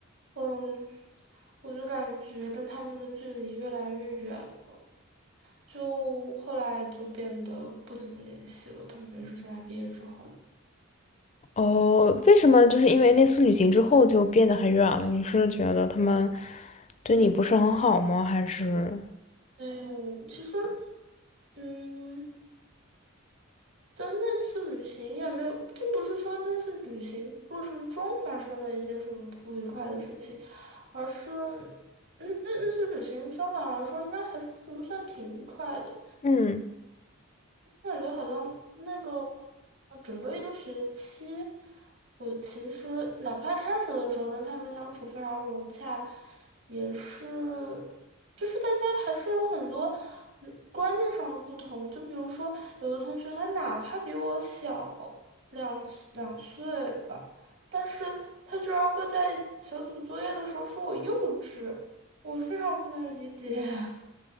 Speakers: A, on the right; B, on the left.
A: 嗯，我就感觉跟他们的距离越来越远了，就后来就变得不怎么联系了，特别是现在毕业之后，
B: 哦，为什么就是因为那次旅行之后就变得很远了？你是觉得他们对你不是很好吗？还是
A: 没有，其实。嗯，但那次旅行也没有，并不是说那次旅行过程中发生了一些什么不愉快的事情，而是那那那次旅行相反来说应该还是能算挺愉快的。
B: 嗯？
A: 我感觉好像那个整个一个学期，我其实哪怕开始的时候跟他们相处非常融洽，也是，就是大家还是有很多嗯观念上的不同。就比如说，有的同学他哪怕比我小两两岁吧，但是他居然会在小组作业的时候说我幼稚，我非常不能理解。<laughs>